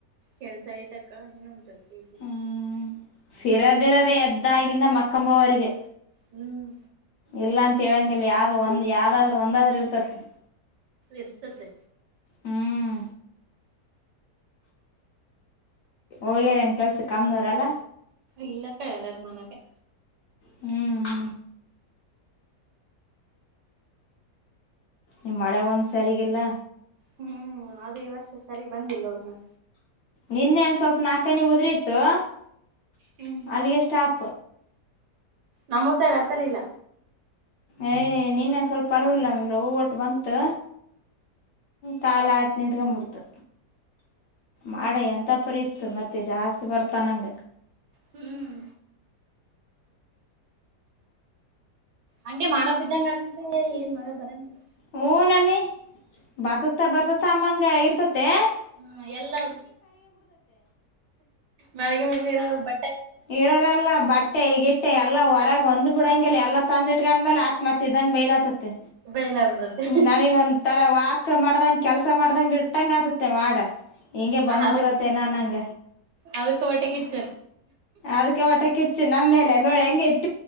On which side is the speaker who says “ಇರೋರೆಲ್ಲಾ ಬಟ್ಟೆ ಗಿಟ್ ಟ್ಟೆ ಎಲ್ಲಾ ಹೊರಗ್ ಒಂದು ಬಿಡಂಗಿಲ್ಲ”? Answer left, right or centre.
Left